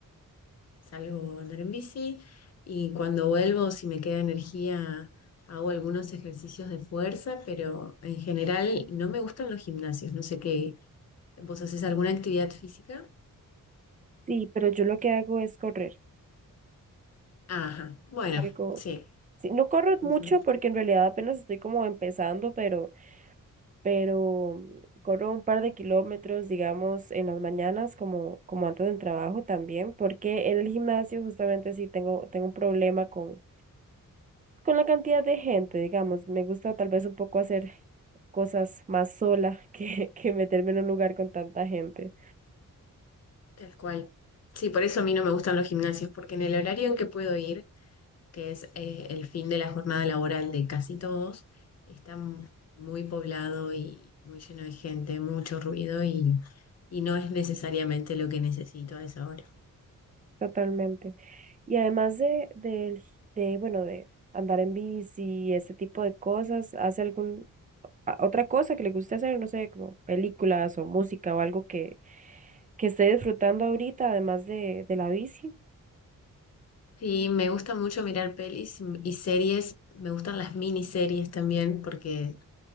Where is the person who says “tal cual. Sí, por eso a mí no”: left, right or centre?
Left